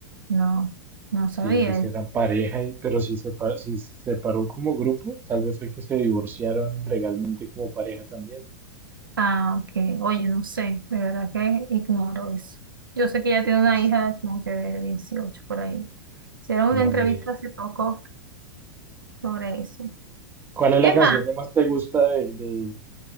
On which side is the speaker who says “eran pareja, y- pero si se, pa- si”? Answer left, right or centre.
Right